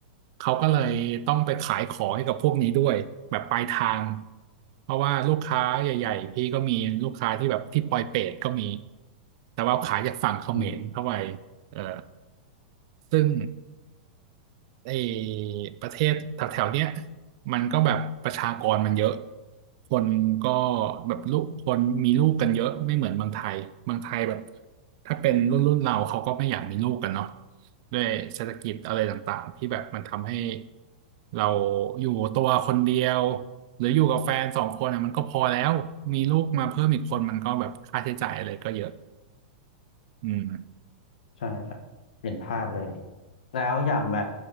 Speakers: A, on the right; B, on the left.
A: เขาก็เลยต้องไปขายของให้กับพวกนี้ด้วยแบบปลายทางเพราะว่าลูกค้าใหญ่ๆพี่ก็มีลูกค้าที่แบบที่ปอยเปตก็มีแต่ว่าขายจากฝั่งเขมรเข้าไป
B: อืม
A: เออซึ่ง ไอ้ประเทศแถวๆเนี้ยมันก็แบบประชากรมันเยอะคนก็แบบลูกคนมีลูกกันเยอะไม่เหมือนเมืองไทยเมืองไทยแบบถ้าเป็นรุ่นรุ่นเราเขาก็ไม่อยากมีลูกกันเนาะด้วยเศรษฐกิจอะไรต่างๆที่แบบมันทำให้เราอยู่ตัวคนเดียวหรืออยู่กับแฟนสองคนอ่ะมันก็พอแล้วมีลูกมาเพิ่มอีกคนมันก็แบบค่าใช้จ่ายอะไรก็เยอะอืม
B: ใช่ครับเห็นภาพเลย แล้วอย่างแบบ